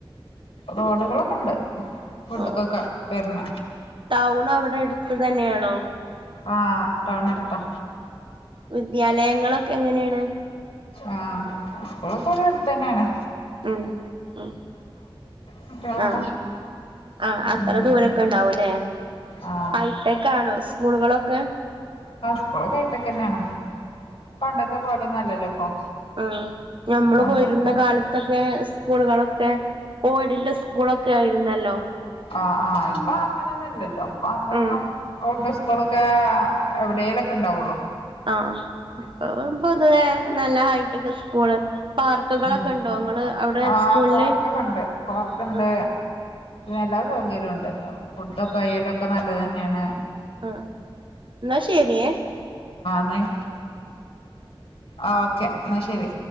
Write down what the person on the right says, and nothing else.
ഓ
ടൗൺ അവിടെ എടു ത്ത് തന്നെയാണോ
വിദ്യാലയങ്ങളൊക്കെ എങ്ങനെയാണ്
ഉം ഉം
ആ ആ അത്ര
ദൂരൊക്കെ ഉണ്ടാവുംല്ലേ
ഹൈടെക്ക് ആണോ സ്കൂളുകളൊക്കെ
ഉം ഞമ്മള്
പോയിരുന്ന കാലത്തൊക്കെ സ്കൂളുകളൊക്കെ ഓടിന്റെ സ്കൂളൊക്കെ ആയിരുന്നല്ലോ
ഉം
ആ ആ ഇപ്പം പൊതുവേ നല്ല ഹൈട്ടക്ക് സ്കൂള് പാർക്കുകളൊക്കെ
ഉണ്ടോ ങ്ങള് അവിടെ
സ്കൂളില്
അ
ആ ന്നാ ശരിയേ